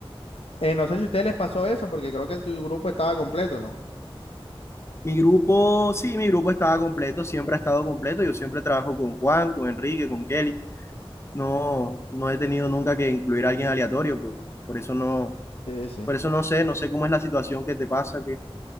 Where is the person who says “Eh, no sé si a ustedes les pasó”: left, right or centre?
Left